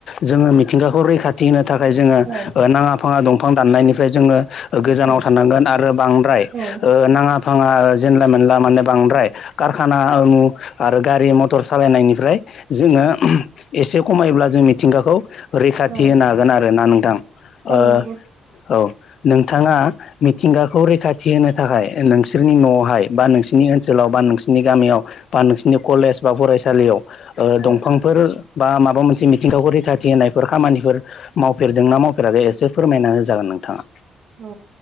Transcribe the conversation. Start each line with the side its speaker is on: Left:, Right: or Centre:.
Left: जोङो मिथिंगाखौ रैखाथि होनो थाखाय जोङो
Right: औ
Left: ओ नाङा फाङा दं फां दाननायनिफ्राय जोङो ओ गोजानाव
Right: औ
Left: थानांगोन आरो बांद्राय
Right: औ
Left: ओ नाङा फाङा जेनला मेनला माने बांद्राय कारखाना आरो गारि मथ मटर सालायनायनिफ्राय जोङो एसे खमायोब्ला जों मिथिंगाखौ रैखाथि
Right: औ
Left: होनो हागोन आरोना नोंथां
Right: औ
Left: ओ
Right: नंगौ
Left: औ। नोंथाङा मिथिंगाखौ रैखाथि होनो थाखाय नोंसोरनि न'आवहाय बा नोंसिनि ओनसोलाव बा नोंसिरनि गामियाव बा नोंसिनि कलेज बा फरायसालियाव ओ दंफांफोर
Right: औ
Left: बा माबा मोनसे मिथिंगाखौ रैखाथि होनायफोर खामानिफोर मावफेरदों ना मावफेराखै एसे फोरमायना होजागोन। नोंथाङा।
Right: औ